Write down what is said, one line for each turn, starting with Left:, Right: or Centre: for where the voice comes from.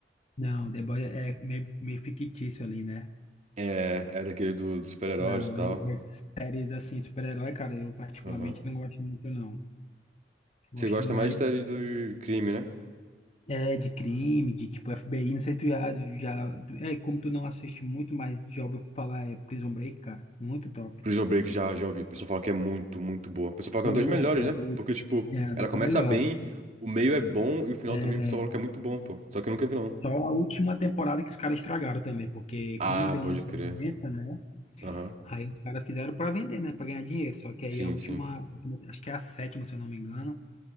Left: Não, The Boys é meio, meio fictício ali, né?
Right: É, é daquele do, dos super-heróis
Left: Não,
Right: e tal.
Left: e- e séries assim, super-herói, cara, eu particularmente
Right: Aham.
Left: não gosto muito, não. Gosto
Right: Você gosta
Left: mais
Right: mais de série do crime, né?
Left: é, de crime, de tipo FBI, não sei tu já, já. tu- É, como tu não assiste muito, mas já ouviu falar, é Prison Break, cara. Muito top.
Right: Prison Break já, já ouvi. O pessoal fala que é muito, muito boa. O pessoal fala que
Left: Tu
Right: é uma das melhores,
Left: é, do-
Right: né? Porque, tipo,
Left: é
Right: ela
Left: das
Right: começa
Left: melhores.
Right: bem, o meio é bom e o final
Left: É,
Right: também o pessoal fala que é muito bom, pô. Só que eu nunca vi, não.
Left: Só a última temporada que os caras estragaram também, porque
Right: Ah,
Left: como deu
Right: pode
Left: muita
Right: crer.
Left: audiência, né?
Right: Aham.
Left: Aí os caras fizeram pra vender, né? Pra ganhar dinheiro. Só que aí
Right: Sim,
Left: a última,
Right: sim.
Left: acho que é a sétima, se eu não me engano.